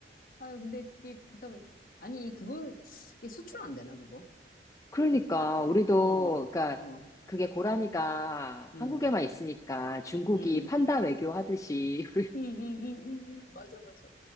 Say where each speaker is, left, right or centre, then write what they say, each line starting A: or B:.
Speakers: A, on the left; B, on the left.
A: 아유, 근데 이게, 그렇다고, 아니, 그거, 이게 수출 안 되나, 그거?
B: 그러니까 우리도
A: 어,
B: 그러니까
A: 어,
B: 그게 고라니가
A: 음,
B: 한국에만 있으니까 중국이
A: 음.
B: 판다 외교 하듯이 <laughs>
A: 응, 응, 응, 응, 응, 맞아, 맞아.